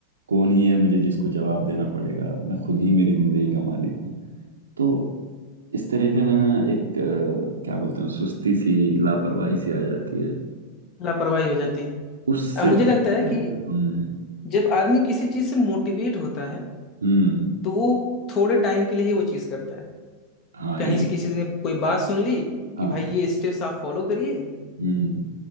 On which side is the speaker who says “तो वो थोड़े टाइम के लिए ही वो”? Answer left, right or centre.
Left